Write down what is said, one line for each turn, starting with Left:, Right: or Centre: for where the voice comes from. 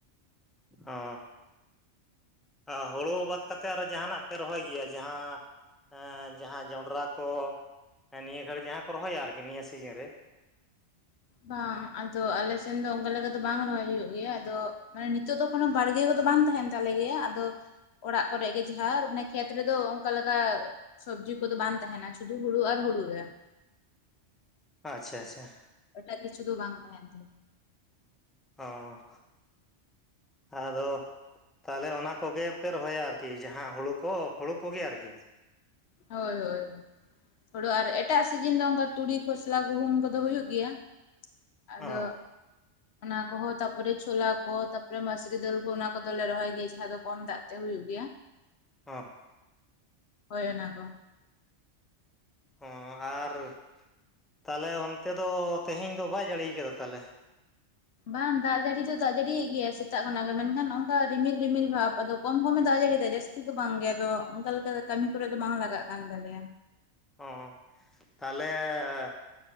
Centre: ᱚ ᱾ ᱦᱩᱲᱩ ᱵᱟᱫ ᱠᱟ ᱠᱟᱛᱮᱫ ᱟᱨᱚ ᱡᱟᱦᱟᱱᱟᱜ ᱯᱮ ᱨᱚᱦᱚᱭ ᱜᱮᱭᱟ ᱡᱟᱦᱟᱸ ᱾ ᱡᱟᱦᱟᱸ ᱡᱚᱱᱰᱨᱟ ᱠᱚ ᱱᱤᱭᱟᱹ ᱜᱷᱟᱹᱲᱤᱡ ᱡᱟᱦᱟᱸ ᱠᱚ ᱨᱚᱦᱚᱭᱟ ᱟᱨᱠᱤ ᱱᱤᱭᱟᱹ ᱥᱤᱡᱤᱱ ᱨᱮ ᱾
Left: ᱵᱟᱝ ᱟᱫᱚ ᱟᱞᱮᱥᱱ ᱫᱚ ᱚᱱᱠᱟ ᱞᱮᱠᱟ ᱫᱚ ᱵᱟᱝ ᱨᱚᱦᱚᱭ ᱦᱩᱭᱩᱜ ᱜᱮᱭᱟ ᱟᱫᱚ ᱢᱟᱱᱮ ᱱᱤᱛᱚᱜ ᱫᱚ ᱠᱚᱱᱚ ᱵᱟᱲᱜᱮ ᱠᱚᱫᱚ ᱵᱟᱝ ᱛᱟᱦᱮᱱ ᱛ ᱾ ᱛᱟᱞᱮ ᱜᱮ ᱟᱫᱚ ᱚᱲᱟᱜ ᱠᱚᱨᱮ ᱜᱮ ᱡᱟᱦᱟᱸ ᱚᱱᱮ ᱠᱷᱮᱛ ᱨᱮᱫᱚ ᱚᱱᱠᱟ ᱞᱮᱠᱟ ᱾ ᱥᱚᱵᱡᱤ ᱠᱚᱫᱚ ᱵᱟᱝ ᱛᱟᱦᱮᱱᱟ ᱥᱩᱫᱷᱩ ᱦᱩᱲᱩ ᱟᱨ ᱦᱩᱲᱩ ᱨᱮ ᱾
Centre: ᱟᱪᱷᱟ ᱟᱪᱷᱟ ᱾
Left: ᱮᱴᱟᱜ ᱠᱤᱪᱷᱩ ᱫᱚ ᱵᱟᱝ ᱛᱟᱦᱮᱱ ᱛᱱᱟ ᱾
Centre: ᱚ ᱟᱫᱚ ᱾ ᱛᱟᱦᱚᱞᱮ ᱚᱱᱟ ᱠᱚᱜᱮᱯᱮ ᱨᱚᱦᱚᱭᱟ ᱟᱨᱠᱤ ᱡᱟᱦᱟᱸ ᱦᱳᱲᱳ ᱠᱚ ᱦᱳᱲᱩ ᱠᱚᱜᱮ ᱟᱨᱠᱤ ᱾
Left: ᱦᱳᱭ ᱦᱳᱭ ᱾ ᱦᱳᱲᱳ ᱟᱨ ᱮᱴᱟᱜ ᱥᱤᱡᱤᱱ ᱫᱚ ᱚᱱᱠᱟ ᱛᱩᱲᱤ ᱠᱷᱚᱥᱞᱟ ᱜᱩᱦᱩᱢ ᱠᱚᱫᱚ ᱦᱩᱭᱩᱜ ᱜᱮᱭᱟ ᱾ ᱟᱫᱚ
Centre: ᱚ
Left: ᱾ ᱚᱱᱟ ᱠᱚᱦᱚᱸ ᱛᱟᱯᱚᱨᱮ ᱪᱷᱳᱞᱟ ᱠᱚ ᱛᱟᱯᱚᱨᱮ ᱢᱟᱥᱨᱤ ᱫᱟᱹᱞ ᱠᱚ ᱚᱱᱟ ᱠᱚᱫᱚᱞᱮ ᱨᱚᱦᱚᱭ ᱜᱮᱭᱟ ᱡᱟᱦᱟᱸ ᱫᱚ ᱠᱚᱢ ᱫᱟᱜ ᱛᱮ ᱦ ᱦᱩᱭᱩᱜ ᱜᱮᱭᱟ ᱾
Centre: ᱚᱷ ᱾
Left: ᱦᱳᱭ ᱚᱱᱟ ᱠᱚ ᱾
Centre: ᱦᱚᱸ ᱟᱨ ᱛᱟᱦᱚᱞᱮ ᱚᱱᱛᱮ ᱫᱚ ᱛᱮᱦᱮᱧ ᱫᱚ ᱵᱟᱭ ᱡᱟᱹᱲᱤᱭᱟ ᱠᱟᱫᱟ ᱛᱟᱦᱚᱞᱮ?
Left: ᱵᱟᱝ ᱫᱟᱜ ᱡᱟᱹᱲᱤ ᱫᱚ ᱫᱟᱜ ᱡᱟᱹᱲᱤᱭᱟᱜ ᱜᱮᱭᱟ ᱥᱮᱛᱟᱜ ᱠᱷᱚᱱᱟᱜ ᱜᱮ ᱢᱮᱱᱠᱷᱟᱱ ᱚᱱᱠᱟ ᱨᱤᱢᱤᱞ ᱨᱤᱢᱤᱞ ᱵᱷᱟᱵᱽ ᱟᱫᱚ ᱠᱚᱢ ᱠᱚᱢᱮ ᱫᱟᱜ ᱡᱟᱹᱲᱤᱭᱫᱟ ᱡᱟᱹᱛᱤ ᱾ ᱡᱟᱹᱥᱛᱤ ᱫᱚ ᱵᱟᱝ ᱜᱮ ᱟᱫᱚ ᱚᱱᱠᱟ ᱞᱮᱠᱟ ᱠᱟᱹᱢᱤ ᱠᱚᱨᱮᱫ ᱫᱚ ᱵᱟᱝ ᱞᱟᱜᱟᱜ ᱠᱟᱱ ᱛᱟᱞᱮᱭᱟ ᱾
Centre: ᱚ ᱛᱟᱦᱚᱞᱮ ᱾